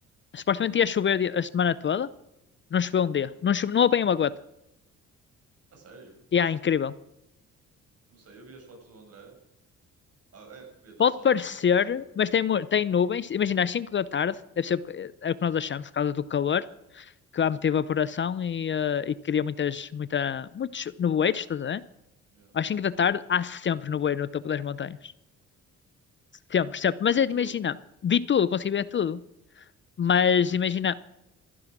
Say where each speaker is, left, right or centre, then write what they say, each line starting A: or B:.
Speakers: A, on the left (about 40°); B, on the right (about 50°).
A: supostamente ia chover di- a semana toda, não choveu um dia,
B: Aham.
A: não, chove, não apanhei uma gota.
B: A sério?
A: E
B: Acho
A: é incrível.
B: Não sei, eu vi as fotos do André. Ah, é, devia estar
A: Pode
B: só,
A: parecer,
B: tipo, muitas nuvens,
A: mas
B: se
A: tem,
B: calhar.
A: mu- tem nuvens, imagina às 5 da tarde, deve ser porque- é o que nós achamos por causa do calor, que
B: Sim,
A: lá meteu evaporação e, eh, e cria muitas, muita, muitos nevoeiros, estás a ver?
B: yeah.
A: Às 5 da tarde há sempre nevoeiro no topo das montanhas. Sempre, sempre.
B: E tu...
A: Mas
B: uh,
A: é de imagina, vi tudo, consegui ver tudo. Mas imagina,
B: Sim,